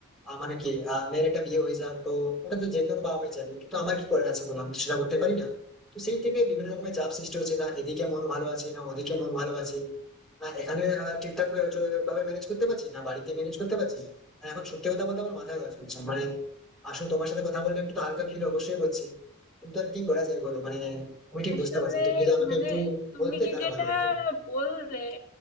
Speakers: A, in the centre; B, on the left.
A: আহ, মানে কি আহ, মেয়ের একটা বিয়ে হয়ে যাক তো ওটা তো যে কোনো বাবা মাই চাইবে কিন্তু আমার কি করে আছে বলো আমি তো সেটা করতে পারি না তো সেই থেকে বিভিন্ন রকমের চাপ সৃষ্টি হচ্ছে না এদিকে মন ভালো আছে না ওদিকে মন ভালো আছে আহ, এখানে আহ, ঠিকঠাক ভাবে ম্যানেজ করতে পারছি না বাড়িতে ম্যানেজ করতে পারছি আর এখন সত্যি কথা বলতে আমার মাথা কাজ করছে মানে আসলে তোমার সাথে কথা বললে একটু তো হালকা ফিল অবশ্যই করছি কিন্তু আর কি করা যায় বলো মানে আমি ঠিক
B: আসলে
A: বুঝতে পারছি না। তুমি যদি আমাকে
B: মানে
A: একটু
B: তুমি
A: বলতে তাহলে
B: যেটা
A: ভালো হতো
B: বললে